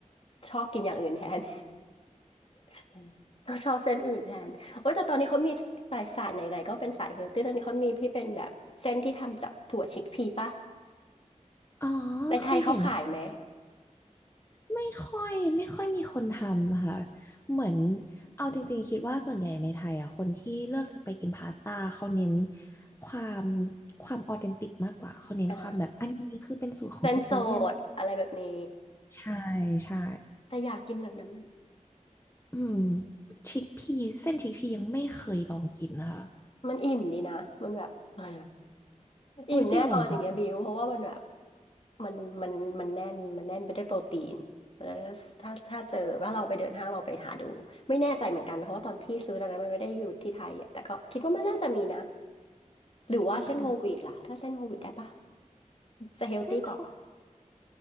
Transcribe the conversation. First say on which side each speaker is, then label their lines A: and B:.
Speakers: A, on the left; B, on the left.
A: ชอบกินอย่างอื่นแทน <laughs> ต้องชอบเส้นอื่นแทนโอ้ยแต่ตอนนี้เขามีสายสายไหนๆก็เป็นสายเฮลตี้ตอนนี้เขามีที่เป็นแบบเส้นที่ทำจากถั่วชิคพีป่ะ
B: อ๋อ
A: ในไทยเขาขายไหม
B: เคยเห็นค่ะ ไม่ค่อยไม่ค่อยมีคนทำค่ะเหมือนเอาจริงๆคิดว่าส่วนใหญ่ในไทยอ่ะคนที่เลือกจะไปกินพาสต้าเขาเน้นความความออเทนติกมากกว่าเขาเน้นความแบบอันนี้คือเป็นสูตรของอิตาเลียน
A: อ่าเส้นสดอะไรแบบนี้
B: ใช่ใช่
A: แต่อยากกินแบบนั้น
B: อืมชิคพีเส้นชิคพียังไม่เคยลองกินนะคะ
A: มันอิ่มดีนะ มันแบบเอออิ่มแน่นอนอย่างเงี้ยบิวเพราะว่ามันแบบ
B: โอ้ยจริงเหรอคะ
A: มันมันมันแน่นมันแน่นไปด้วยโปรตีนแล้วถ้าถ้าเจอว่าเราไปเดินห้างเราไปหาดูไม่แน่ใจเหมือนกันเพราะว่าตอนพี่ซื้อตอนนั้นมันไม่ได้อยู่ที่ไทยอ่ะแต่ก็คิดว่ามันน่าจะมีนะหรือว่าเส้นโฮลวีตล่ะถ้าเส้นโฮลวีตได้ปะ
B: อ่า
A: จะเฮลตี้กว่าปะ
B: เส้นโฮ